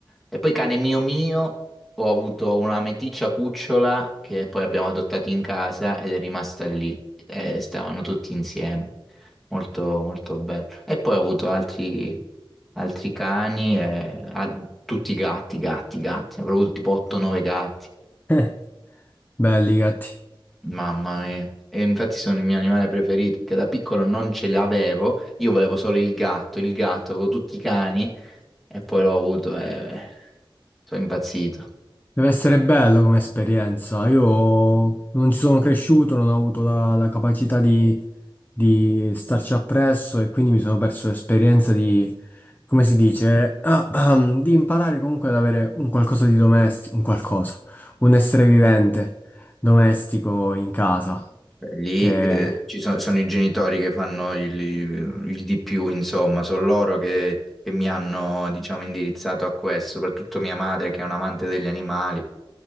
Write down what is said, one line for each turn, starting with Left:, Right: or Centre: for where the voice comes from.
Centre: E poi cane mio mio, ho avuto una meticcia cucciola che poi abbiamo adottato in casa ed è rimasta lì. Eh, stavano tutti insieme. Molto, molto bello. E poi ho avuto altri, altri cani, e, a- tutti gatti, gatti, gatti. Avrò avuto tipo 8-9 gatti.
Left: <laughs> Belli i gatti.
Centre: Mamma mia. E infatti sono il mio animale preferito, perché da piccolo non ce l'avevo, io volevo solo il gatto, il gatto, avevo tutti i cani e poi l'ho avuto e sono impazzito.
Left: Deve essere bello come esperienza. Io non ci sono cresciuto, non ho avuto la, la capacità di, di starci appresso e quindi mi sono perso l'esperienza di, come si dice, <clears throat> ah, ah, di imparare comunque ad avere un qualcosa di domestico, un qualcosa, un essere vivente domestico in casa.
Centre: Lì
Left: Che
Centre: eh, ci sono, sono i genitori che fanno il, il- il di più, insomma, sono loro che, che mi hanno, diciamo, indirizzato a questo, soprattutto mia madre che è un amante degli animali.